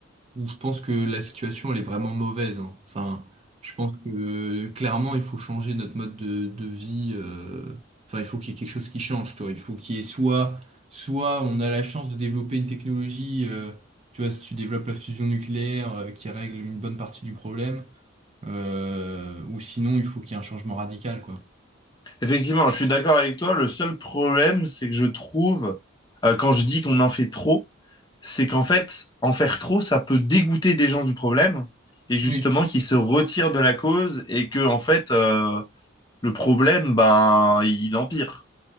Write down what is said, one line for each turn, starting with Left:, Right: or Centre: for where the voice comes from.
Right: où je pense que la situation elle est vraiment mauvaise. hein. Enfin, je pense que clairement il faut changer notre mode de, de vie. euh, Enfin, il faut qu'il y ait quelque chose qui change, toi. Il faut qu'il y ait soit, soit on a la chance de développer une technologie. euh, tu vois, si tu développes la fusion nucléaire euh, qui règle une bonne partie du problème, euh, ou sinon il faut qu'il y ait un changement radical, quoi.
Left: Effectivement, je suis d'accord avec toi. Le seul problème, c'est que je trouve, euh, quand je dis qu'on en fait trop, c'est qu'en fait, en faire trop, ça peut dégoûter des gens du problème et justement
Right: Oui.
Left: qu'ils se retirent de la cause et que, en fait, euh, le problème, ben, il empire.